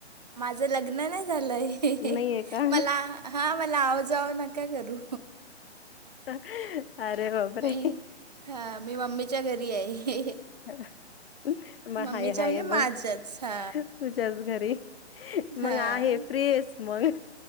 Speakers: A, on the right; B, on the left.
A: माझ लग्न नाही झालंय,
B: नाहीये का?
A: मला हा मला आवजावं नका करू.
B: हं आरे बापरे!
A: मी हा मी मम्मीच्या घरी आहे.
B: ह <inaudible> मग
A: मम्मीच्या
B: हाय हाय
A: म्हणजे माझ्याच
B: मग
A: हा
B: तुझ्याच घरी
A: हा
B: मग आहे फ्री आहेस. मग.